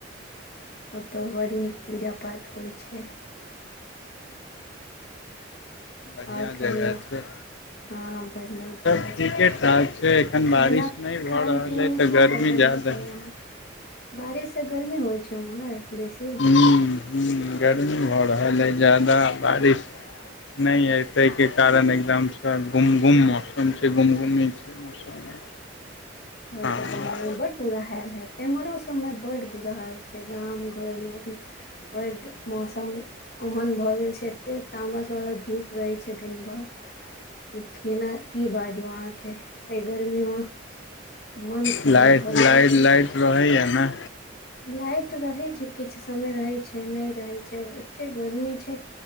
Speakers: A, on the left; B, on the left.
A: ओतहु बड़ नीक पूजा पाठ होइ छै।
B: बढ़िआँ
A: और कहियौ
B: जगह छै।
A: हँ बड़ नीक
B: सब
A: जगह
B: ठीके
A: छै
B: ठाक छै एखन
A: खाना
B: बारिश नहि भऽ
A: खान
B: रहल
A: पीन
B: अइ
A: मे
B: तऽ
A: की
B: गर्मी
A: पसन्द
B: ज्यादा
A: छै। छै
B: हइ।
A: अहांके, बारिश से गर्मी होइ छै उमहर बेसी।
B: ह गर्मी भऽ रहल अछि जादा बारिश। न हय ताहि के कारण एकदम गुम गुम मौसम छै गुमगुम छै। मौसममे
A: <unintelligible> हमके
B: हँ
A: पता है बम्बई मे बड बुरा हाल हैत एम्हरो समय बड बुरा हाल छै, गाम घर मे भी। बड मौसम ओहन भऽ गेल। छै एते तामस वला धूप रहै छै दिनभर। ई केना की बाजू अहाँ के एते गर्मी मे मन खराब
B: लाट
A: भऽ
B: लाइट
A: जाइ छै
B: लाइट रहैये ने।
A: लाइट रहै छै किछु समय रहै छै नहि रहै छै एते गर्मी छै।